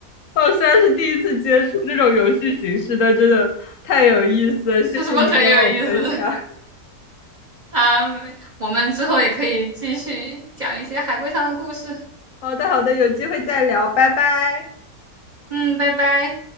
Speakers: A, on the left (about 65°); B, on the right (about 35°).
A: 我虽然是第一次接触这种游戏形式，但真的太有意思了，
B: <laughs>
A: 谢谢你跟我分享。
B: 是不是很有意思？啊，我们之后也可以继续讲一些海龟汤的故事。
A: 好的，好的，有机会再聊，拜拜。
B: 嗯，拜拜。